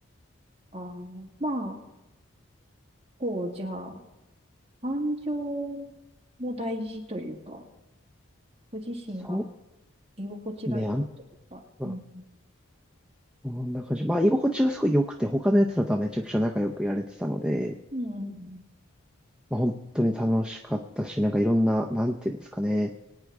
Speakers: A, on the right; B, in the centre.
A: ああ、まあ、こう、じゃあ、感情も大事というか、ご自身が
B: そ
A: 居心地がいいかというか、
B: うね、あんま
A: うん。
B: こんな感じ。まあ、居心地はすごい良くて、他のやつらとはめちゃくちゃ仲良くやれてたので、
A: うんうん
B: まあ、本当に楽しかったし、なんかいろんな、なんていうんですかね、